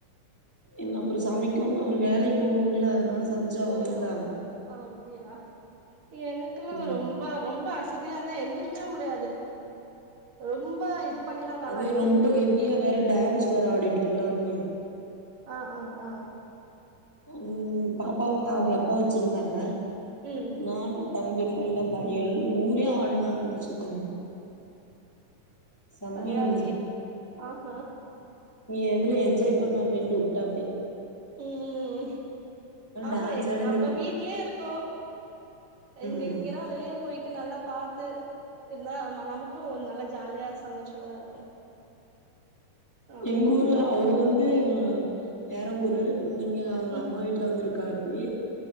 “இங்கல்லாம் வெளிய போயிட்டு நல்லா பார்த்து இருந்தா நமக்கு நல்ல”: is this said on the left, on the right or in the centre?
Right